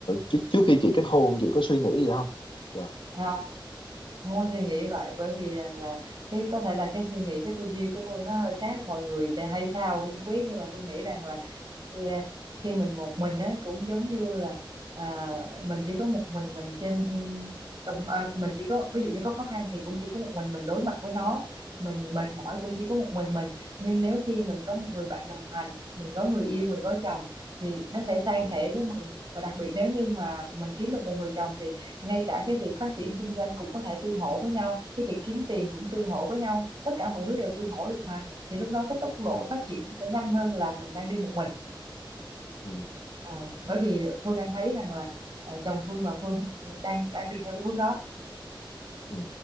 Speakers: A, on the left; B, on the right.
A: trước trước khi chị kết hôn chị có suy nghĩ gì không dạ
B: Không Không có suy nghĩ vậy bởi vì là, là cái có thể là cái suy nghĩ cái tư duy của Phương nó hơi khác mọi người thì hay sao Phương không biết nhưng mà Phương nghĩ rằng là khi, à, khi mình một mình á cũng giống như là à, mình chỉ có một mình mình trên đồng à, mình chỉ có ví dụ như có khó khăn thì cũng chỉ có một mình mình đối mặt với nó mình mệt mỏi cũng chỉ có một mình mình nhưng nếu khi mình có một người bạn đồng hành mình có người yêu mình có chồng thì nó sẽ san
A: ừ
B: sẻ với mình và đặc biệt nếu như mà mình kiếm được một người chồng thì ngay cả cái việc phát triển kinh doanh cũng có thể tương hỗ với nhau cái việc kiếm tiền cũng tương hỗ với nhau tất cả mọi thứ đều tương hỗ được mà thì lúc đó cái tốc độ
A: ừ
B: phát triển sẽ nhanh hơn là mình đang đi một mình
A: ừ
B: Ờ, bởi vì Phương đang thấy rằng là à, chồng Phương và Phương đang đang đi theo cái hướng đó
A: ừ